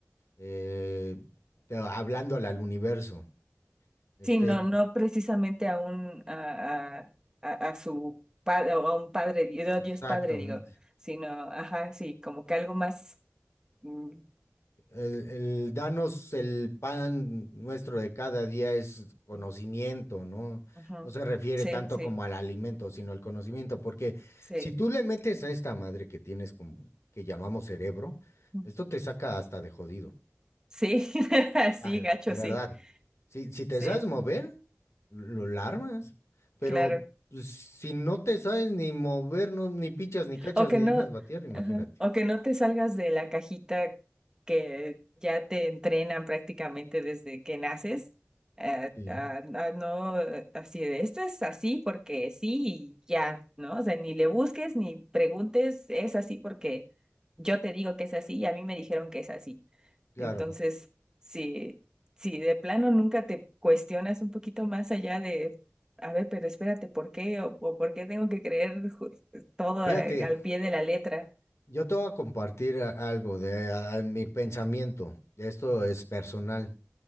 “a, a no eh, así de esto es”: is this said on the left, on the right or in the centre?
Right